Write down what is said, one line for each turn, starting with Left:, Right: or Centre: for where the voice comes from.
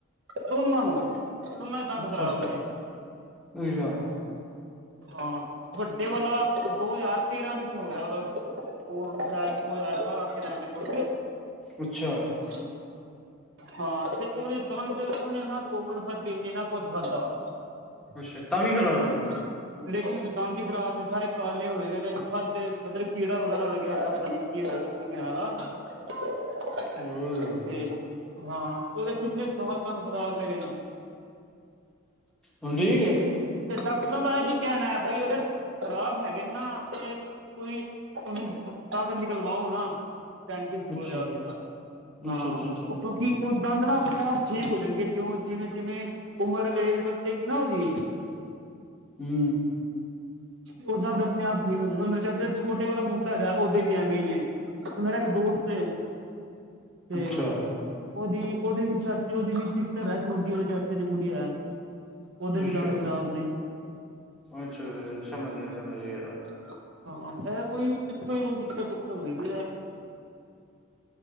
Right: ਦੋਨਾਂ ਨੂੰ ਦੋਨਾ ਦੇ ਦੰਦ
Centre: ਅੱਛਾ
Right: ਖਰਾਬ ਨੇ।
Centre: <unintelligible>
Right: ਹਾਂ, ਵੱਡੇ ਵਾਲਾ ਦੋ ਹਜ਼ਾਰ ਤੇਰਾ ਵਿੱਚ ਹੋਆ ਦਾ। ਹੋਰ ਸ਼ਾਇਦ ਦੋ ਹਜ਼ਾਰ ਬਾਰਾਂ ਤੇਰਾ ਐਵੇਂ ਕੁਝ।
Centre: ਅੱਛਾ
Right: <inaudible> ਹਾਂ ਤੇ ਉਹਦੇ ਦੰਦ ਉਹਨੇ ਨਾ ਚੋਕਲੇਟ ਵਰਗੇ ਨੇ ਨਾ ਕੁਝ ਖਾਦਾ।
Centre: ਅੱਛਾ ਤਾਂ ਵੀ ਖ਼ਰਾਬ ਨੇ।
Right: <inaudible> ਲੇਕਿਨ ਉਦੇ ਦੰਦ ਹੀ ਖਰਾਬ ਸਾਰੇ ਕਾਲੇ ਹੋਏ ਨੇ ਖਾਧੇ ਮਤਲਬ ਕੀੜਾ ਵਗੈਰਾ ਲੱਗਿਆ ਹੋਇਆ ਪਤਾ ਨੀ ਕੀ ਹੋਇਆ ਦਾ। <unintelligible>
Centre: ਓ
Right: ਤੇ ਹਾਂ ਉਦੇ ਕਿੰਨੇ ਸਾਲ ਦੰਦ ਖਰਾਬ ਰਹੇ ਨੇ।
Centre: ਹੁਣ ਠੀਕ ਐ?
Right: ਤੇ ਡਾਕਟਰਾਂ ਦਾ ਇਹ ਵੀ ਕਹਿਣਾ ਹੈ ਬਾਈ ਅਗਰ ਖਰਾਬ ਹੈਗੇ ਨਾ ਤੇ ਕੋਈ ਉਹਨੂੰ ਦੰਦ ਨਿਕਲਵਾਓ ਨਾ। ਡੇਂਟੀਸ
Centre: ਅੱਛਾ
Right: ਕੋਲ ਜਾਕੇ ਹਾਂ।
Centre: ਅੱਛਾ ਅੱਛਾ ਅੱਛਾ
Right: ਕਿ ਉਹ ਦੰਦ ਨਾ ਆਪਣੇ ਆਪ ਠੀਕ ਹੋ ਜਾਣਗੇ ਜਿਓ ਜਿਵੇਂ-ਜਿਵੇਂ ਉਮਰ ਏਜ ਵੱਧੇਗੀ ਨਾ ਉਹਦੀ।
Centre: ਹੂੰ
Right: ਉਹ ਦੰਦ ਆਪਣੇ ਆਪ ਠੀਕ ਹੋਜੂਗਾ ਮੇਰੇ ਚਾਚੇ ਛੋਟੇ ਵਾਲਾ ਮੁੰਡਾ ਹੈਗਾ ਓਦੇ ਵੀ ਐਵੇਂ ਹੀ ਨੇ। ਉਹ ਤੇ ਇੱਕ ਦੋਸਤ ਏ ਤੇ
Centre: ਅੱਛਾ
Right: ਉਹਦੀ ਉਹਦੇ ਵੀ ਚਾਚੇ ਉਹਦੀ ਵੀ ਸਿਸਟਰ ਹੈ ਛੋਟੀ ਉਹਦੇ ਚਾਚੇ ਦੀ ਕੁੜੀ ਹੈ। ਉਦੇ ਵੀ
Centre: ਅੱਛਾ
Right: ਦੰਦ ਖ਼ਰਾਬ ਨੇ।
Centre: ਅੱਛਾ ਸਮਝ ਗਿਆ, ਸਮਝ ਗਿਆ।
Right: <inaudible> ਹਾਂ, ਏਹ ਕੋਈ ਪਿੱਛੋਂ ਕੋਈ ਦਿੱਕਤ ਦੁਕਤ ਹੋਈ। <inaudible>